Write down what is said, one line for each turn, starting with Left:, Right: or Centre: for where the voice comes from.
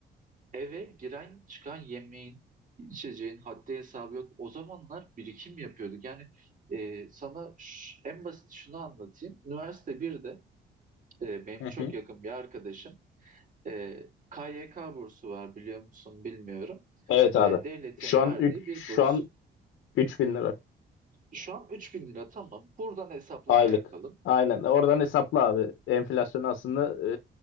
Right: Eve giren çıkan yemeğin, içeceğin haddi hesabı yok. O zamanlar birikim yapıyorduk. Yani e, sana ş- en basit şunu anlatayım. Üniversite birde e, benim
Left: Hı
Right: çok
Left: hı.
Right: yakın bir arkadaşım e, KYK bursu var biliyor musun bilmiyorum.
Left: Evet
Right: E,
Left: abi.
Right: devletin
Left: Şu
Right: verdiği
Left: an üç
Right: bir
Left: şu
Right: burs.
Left: an üç bin lira
Right: Şu an 3000 lira tamam. Buradan hesaplama
Left: aylık.
Right: yapalım.
Left: Aynen. Oradan hesapla abi. Enflasyon aslında